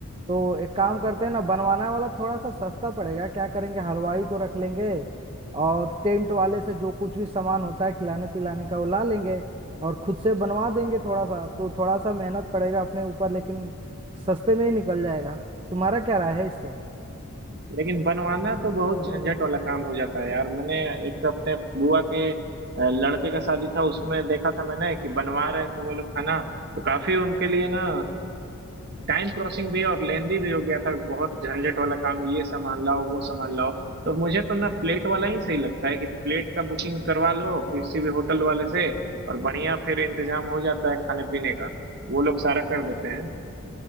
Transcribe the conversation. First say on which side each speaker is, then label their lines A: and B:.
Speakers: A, on the right; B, on the right.
A: तो एक काम करते हैं ना बनवाना वाला थोड़ा सा सस्ता पड़ेगा क्या करेंगे हलवाई को रख लेंगे और टेंट वाले से जो कुछ भी सामान होता है खिलाने पिलाने का वो ला लेंगे और खुद से बनवा देंगे थोड़ा सा तो थोड़ा सा मेहनत पड़ेगा अपने ऊपर लेकिन सस्ते में ही निकल जाएगा तुम्हारा क्या राय है इस पे
B: लेकिन बनवाना तो बहुत झंझट वाला काम हो जाता है यार मैंने एक तो अपने बुआ के अ, लड़के का शादी था उसमें देखा था मैंने कि बनवा रहे थे वो लोग खाना तो काफी उनके लिए ना टाइम प्रोसिंग भी और लेंदी भी हो गया था बहुत झंझट वाला काम ये सामान लाओ वो सामान लाओ तो मुझे तो ना प्लेट वाला ही सही लगता है कि प्लेट का बुकिंग करवा लो किसी भी होटल वाले से और बढ़िया फिर इंतजाम हो जाता है खाने पीने का वो लोग सारा कर देते हैं